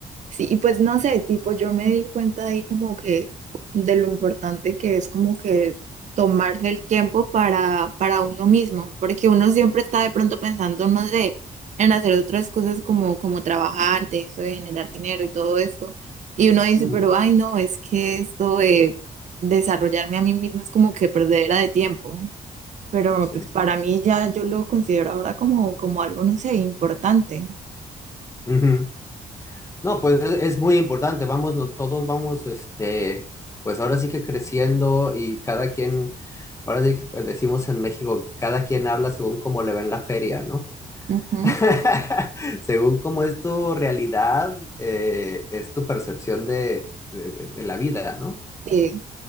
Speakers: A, on the right; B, on the left.
A: Sí, y pues no sé, tipo, yo me di cuenta ahí como que de lo importante que es como que tomarse el tiempo para, para uno mismo, porque uno siempre está de pronto pensando, no sé, en hacer otras cosas como, como trabajar de eso, de generar dinero y todo esto. Y uno dice,
B: Mm,
A: pero ay, no, es que esto de desarrollarme a mí mismo es como que perdera de tiempo. Pero
B: sí.
A: pues para mí ya yo lo considero ahora como, como algo, no sé, importante.
B: Ujú. No, pues es, es muy importante, vamos, no- todos vamos, este, pues ahora sí que creciendo y cada quien, ahora sí que decimos en México, cada quien habla según cómo le va en la feria, ¿no?
A: Ujú.
B: <laughs> Según cómo es tu realidad, eh, es tu percepción de, de- de- de la vida, ¿no?
A: Sí,